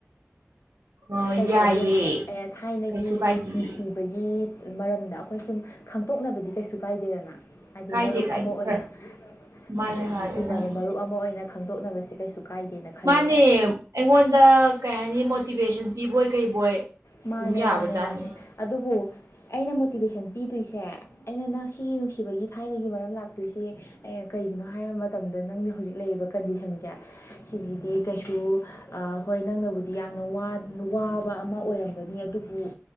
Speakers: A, on the right; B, on the left.
A: ꯑꯣ ꯌꯥꯏꯌꯦ
B: ꯀꯩ ꯀꯥꯏꯕ ꯂꯩꯒꯦ ꯊꯥꯏꯅꯒꯤ
A: ꯀꯩꯁꯨ ꯀꯥꯏꯗꯤꯌꯦ
B: ꯅꯨꯡꯁꯤꯕꯒꯤ ꯃꯔꯝꯗ ꯑꯩꯈꯣꯏ ꯁꯨꯝ ꯈꯪꯇꯣꯛꯅꯕꯗꯤ ꯀꯩꯁꯨ ꯀꯥꯏꯗꯦꯗꯅ ꯍꯥꯏꯗꯤ
A: ꯀꯥꯏꯗꯦ
B: ꯃꯔꯨꯞ
A: ꯀꯥꯏꯗꯦ
B: ꯑꯃ ꯑꯣꯏꯅ
A: ꯈꯔ ꯃꯥꯅꯦ
B: ꯑꯗꯒꯤ
A: ꯃꯥꯅꯦ
B: ꯇꯤꯟꯅꯕ
A: ꯃꯥꯅꯦ
B: ꯃꯔꯨꯞ ꯑꯃ ꯑꯣꯏꯅ ꯈꯪꯗꯣꯛꯅꯕꯁꯦ ꯀꯩꯁꯨ ꯀꯥꯏꯗꯦꯅ ꯈꯜꯂꯦꯀꯣ
A: ꯃꯥꯅꯦ ꯑꯩꯉꯣꯟꯗ ꯀꯩ ꯍꯥꯏꯅꯤ ꯃꯣꯇꯤꯚꯦꯁꯟ ꯄꯤꯕꯣꯏ ꯀꯩꯕꯣꯏ
B: ꯃꯥꯅꯦ
A: ꯑꯗꯨꯝ ꯌꯥꯕꯖꯥꯠꯅꯤ
B: ꯃꯥꯅꯦ ꯃꯥꯅꯦ ꯑꯗꯨꯕꯨ ꯑꯩꯅ ꯃꯣꯇꯤꯚꯦꯁꯟ ꯄꯤꯗꯣꯏꯁꯦ ꯑꯩꯅ ꯉꯁꯤ ꯅꯨꯡꯁꯤꯕꯒꯤ ꯊꯥꯏꯅꯒꯤ ꯃꯔꯝ ꯂꯥꯛꯇꯣꯏꯁꯦ ꯑꯩꯅ ꯀꯩꯒꯤꯅꯣ ꯍꯥꯏꯕ ꯃꯇꯝꯗ ꯅꯪꯅ ꯍꯧꯖꯤꯛ ꯂꯩꯔꯤꯕ ꯀꯟꯗꯤꯁꯟꯁꯦ ꯁꯤꯁꯤꯗꯤ ꯀꯩꯁꯨ ꯍꯣꯏ ꯅꯪꯅꯕꯨꯗꯤ ꯌꯥꯝꯅ ꯋꯥꯕ ꯑꯃ ꯑꯣꯏꯔꯝꯒꯅꯤ ꯑꯗꯨꯕꯨ